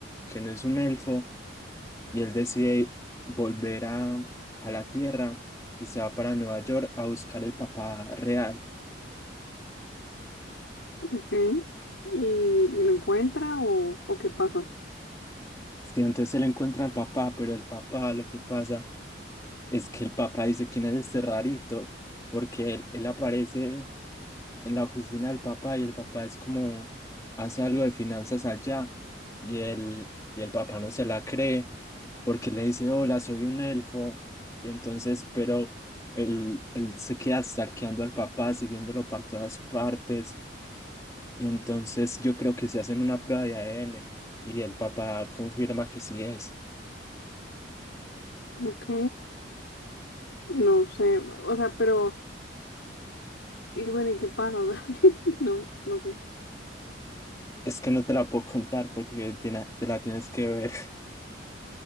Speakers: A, on the left (about 15°); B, on the left (about 90°).
A: que no es un elfo y él decide volver a, a la Tierra y se va para Nueva York a buscar el papá real.
B: Ok. ¿Y, y lo encuentra o, o qué pasa?
A: Sí, entonces él encuentra al papá, pero el papá lo que pasa es que el papá dice quién es este rarito, porque él, él aparece en la oficina del papá y el papá es como, hace algo de finanzas allá y el, y el papá no se la cree porque le dice, hola, soy un elfo. Y entonces, pero él, él se queda stalkeando al papá, siguiéndolo por todas partes. Y entonces yo creo que se hacen una prueba de ADN y el papá confirma que sí es.
B: Ok. No sé, o sea, pero, y bueno, ¿y qué pasa? <laughs> O sea, no, no sé.
A: Es que no te la puedo contar porque tiene- te la tienes que ver. <laughs>